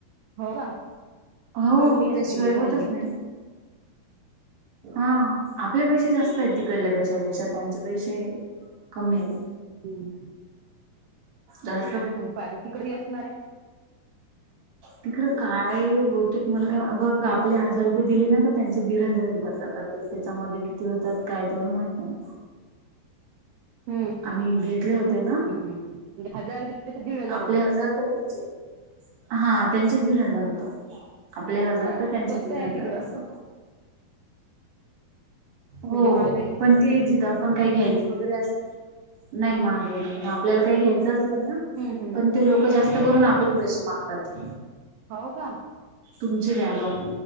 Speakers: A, on the right; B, on the right.
A: हो का.
B: हो
A: तिकड कमी असतील
B: त्याशिवाय
A: त्याची
B: होतच
A: व्हॅल्यू
B: नाही. हा आपले पैशे जास्त आहेत तिकडल्या पैशा पेक्षा. त्यांचे पैशे कमी आहेत.
A: हम.
B: दास.
A: ह पादा तिकडे असणार आहे.
B: तिकड काय बहतेक मुलगा बघ आप- आपले हजार रुपये दिले ना तर त्यांचे दीड हजार येतात जातात. त्याच्यामध्ये किती होतात काय तेवढं माहित नाही.
A: हम्म.
B: आम्ही घेतले होते ना.
A: हम हजार. तर दीड
B: आपले
A: होतात
B: हजार तर त्याचे हा त्यांचे दीड हजार होत. आपले हजार
A: स्वस्त
B: तर त्यांचे दिड
A: आहे
B: हजार
A: तिकडं
B: असं. हो
A: म्हणजे महागाई
B: पण
A: नाही
B: ते जिथ- आपण काही घ्यायचं वगैरे अस नाही
A: हा
B: मगई
A: हा
B: नाही ना आपल्याला काही घ्यायचं असलं ना.
A: हम्म हम्म
B: पण ते लोक जास्त करून आपले पैसे मागतात.
A: हो का
B: तुमचे व्यावम